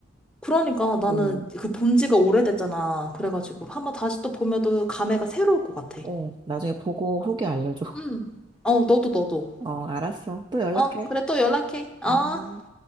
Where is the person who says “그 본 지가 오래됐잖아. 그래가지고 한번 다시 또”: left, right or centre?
Centre